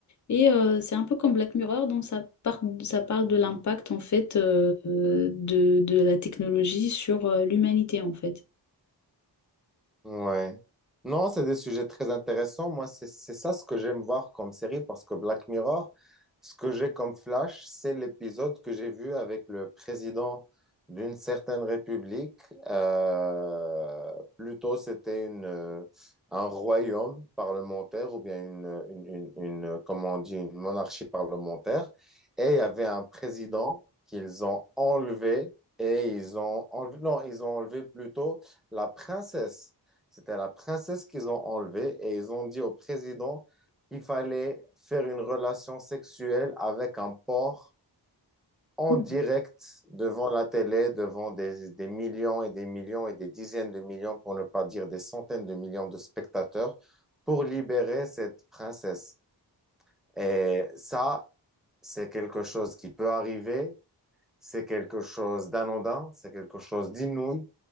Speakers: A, on the left; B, in the centre.
A: Et euh, c'est un peu comme Black Mirror, donc ça, par- ça parle de l'impact en fait euh, euh, de, de la technologie sur euh, l'humanité en fait.
B: Ouais. Non, c'est des sujets très intéressants. Moi, c'est c'est ça ce que j'aime voir comme série parce que Black Mirror, ce que j'ai comme flash, c'est l'épisode que j'ai vu avec le président d'une certaine république. Euh, plutôt, c'était une, euh, un royaume parlementaire ou bien une, une, une, une- comment on dit, une monarchie parlementaire. Et il y avait un président qu'ils ont enlevé et ils ont enlevé, non, ils ont enlevé plutôt la princesse. C'était la princesse qu'ils ont enlevée et ils ont dit au président qu'il fallait faire une relation sexuelle avec un porc en
A: Oui.
B: direct devant la télé, devant des, des millions et des millions et des dizaines de millions, pour ne pas dire des centaines de millions de spectateurs, pour libérer cette princesse. Et ça, c'est quelque chose qui peut arriver, c'est quelque chose d'anodin, c'est quelque chose d'inouï,